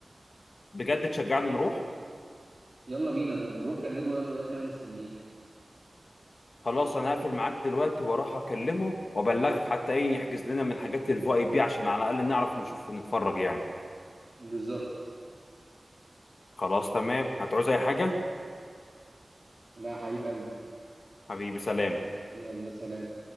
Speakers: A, on the left (about 85°); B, on the right (about 35°).
A: بجد تشجعني نروح؟
B: يلا بينا طب روح كلمه يلا دلوقتي انا مستنيك
A: خلاص انا هقفل معاك دلوقتي واروح اكلمه وابلغك حتى ايه يحجز لنا من حاجات الفي اي بي عشان على الاقل نعرف نشوف ونتفرج يعني
B: بالظبط
A: خلاص تمام هتعوز اي حاجة
B: لا يا حبيب قلبي
A: حبيبي سلام
B: يلا سلام